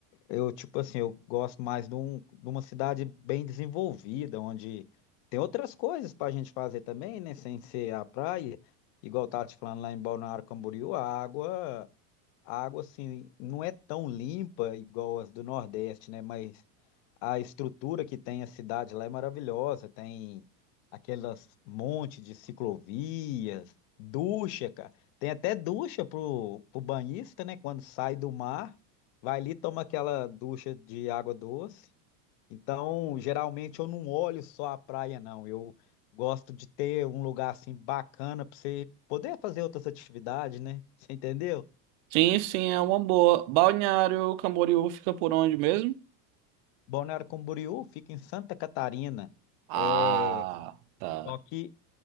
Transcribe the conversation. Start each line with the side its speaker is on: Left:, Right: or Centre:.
Left: eu tipo assim, eu gosto mais de, um- de uma cidade bem desenvolvida, onde tem outras coisas pra gente fazer também, né? Sem ser a praia. Igual eu tava te falando lá em Balneário Camboriú, a água. A água, assim, não é tão limpa igual as do Nordeste, né? Mas a estrutura que tem a cidade lá é maravilhosa. Tem aquelas montes de ciclovias, ducha, cara. Tem até ducha pro, pro banhista, né? Quando sai do mar, vai ali e toma aquela ducha de água doce. Então, geralmente eu não olho só a praia, não. Eu gosto de ter um lugar assim bacana para você poder fazer outras atividades, né? Você entendeu?
Right: Sim, sim, é uma boa. Balneário Camboriú fica por onde mesmo?
Left: Balneário Camboriú fica em Santa Catarina,
Right: Ah,
Left: é,
Right: tá.
Left: só que,